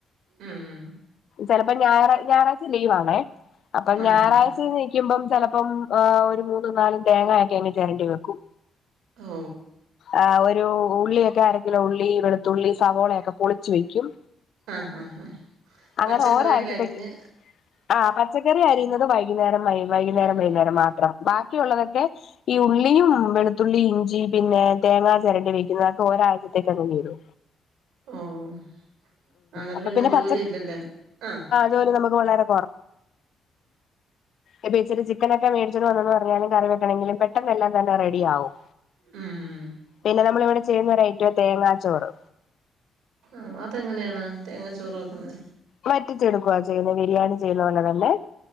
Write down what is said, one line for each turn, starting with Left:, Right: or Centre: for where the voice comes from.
Right: ഉം
Left: ചിലപ്പോ ഞായറാ ഞായറാഴ്ച ലീവ ആണേ അപ്പൊ
Right: ഉം ആഹാ
Left: ഞായറാഴ്ച
Right: ഹാ
Left: നൽക്കുമ്പം ചിലപ്പം് ഒരു മൂന്നും നാലും തേങ്ങയൊക്കെ അങ്ങെ ചിരണ്ടി വെക്കും
Right: ഓ
Left: ആ ഒരു ഉള്ളിയൊക്കെ അരകിലോ ഉള്ളി വെളുത്തുള്ളി സവോളയൊക്കെ പൊളിച്ചു വെക്കും
Right: ആഹാ ഹാ
Left: അങ്ങനെ
Right: പച്ചക്കറിയൊക്കെ
Left: ഒരാഴ്ചത്തേക്ക്
Right: അരിഞ്ഞ്
Left: ആ പച്ചക്കറി അരിയുന്നത് വൈകുന്നേരം വൈകുന്നേരം വൈകുന്നേരം മാത്രം ബാക്കിയ ഉള്ളതൊക്കെ ഈ ഉള്ളിയും വെളുത്തുള്ളി ഇഞ്ചിയും പിന്നെ തേങ്ങാ ചിരണ്ടി വെയ്ക്കുന്നത് അതൊക്കെ ഒരാഴ്ചത്തേക്കങ്ങ് തീരോ.
Right: ഓഹ് അന്നേരം
Left: അപ്പൊ
Right: പിന്നെ ജോലില്ലല്ലേ
Left: പച്ച
Right: ആഹ്.
Left: ജോലി നമുക്ക് വളരെ ഇപ്പ ഇച്ചരി ചിക്കനൊക്കെ മേടിച്ചോണ്ട് വന്നെന്ന് പറഞ്ഞാലും കറി വെക്കണെങ്കിലും പെട്ടെന്ന് എല്ലാം തന്നെ റെഡിയാവും.
Right: ഉം ഉം
Left: പിന്നെ നമ്മൾ ഇവടെ ചെയ്യുന്നൊരയ്റ്റവാ തേങ്ങാ ചോറ്.
Right: ആഹ് അതെങ്ങനെയാണ് തേങ്ങാ ചോറ് വെക്കുന്നെ?
Left: വറ്റിച്ചെടുക്കുവാ ചെയ്യുന്നത് ബിരിയാണി ചെയ്യുന്ന പോലെ തന്നെ,